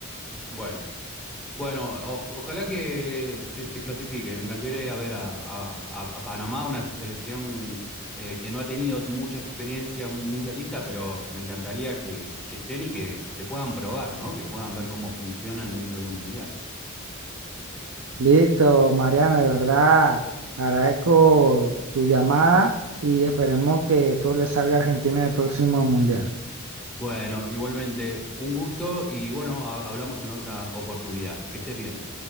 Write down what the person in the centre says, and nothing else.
Bueno. Bueno, o- ojalá que se, se clasifique. Me encantaría ir a ver a, a- a Panamá, una selección eh, que no ha tenido mucha experiencia mundialista, pero me encantaría que, que estén y que, que se puedan probar, ¿no? Que puedan ver cómo funcionan dentro de un mundial.
Bueno, igualmente, un gusto y bueno, ha- hablamos en otra oportunidad. Que estés bien.